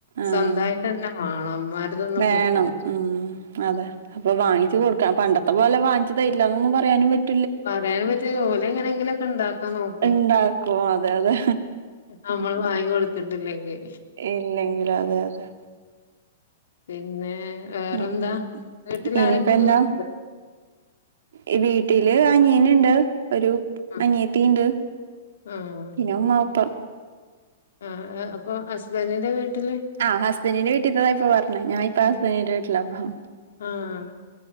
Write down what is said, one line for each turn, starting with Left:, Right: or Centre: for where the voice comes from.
Right: ആഹ്
Left: സ്വന്തായിട്ടന്നെ മാണം. മ്മാര്തൊന്നും
Right: വേണം
Left: പറ്റൂല
Right: ഉം അതെ അപ്പൊ വാങ്ങിച്ചു കൊടുക്കാ പണ്ടത്തെ പോലെ വാങ്ങിച്ചു തരില്ലന്നൊന്നും പറയാനും പറ്റില്ല
Left: പറയാനും പറ്റൂല ഓലെങ്ങനെങ്കിലൊക്കണ്ടാക്കാ നോക്കും
Right: ഇണ്ടാക്കും അതെ അതെ
Left: നമ്മള് വാങ്ങി കൊടുത്തിട്ടില്ലെങ്കിൽ
Right: ഇല്ലെങ്കിൽ അതെ അതെ
Left: പിന്നെ വേറെന്താ
Right: ഉം
Left: വീട്ടിൽ
Right: ഇനിയിപ്പ
Left: ആരൊക്കെയാ
Right: എന്താ
Left: ഉള്ളത്
Right: ഈ വീട്ടില് അനിയനീണ്ട് ഒരു
Left: ആഹ്
Right: അനിയത്തിണ്ട്
Left: ആഹ്
Right: പിന്നെ ഉമ്മ ഉപ്പ
Left: ആഹ് ആഹ് അപ്പൊ ഹസ്ബന്റിന്റെ വീട്ടില്
Right: ആഹ് ഹസ്ബെന്റിന്റെ വീട്ടിത്തെതാ ഇപ്പൊ പറഞ്ഞേ ഞാൻ ഇപ്പൊ
Left: ആഹ്
Right: ഹസ്ബെന്റിന്റെ വീട്ടിലാപ്പം
Left: ആഹ്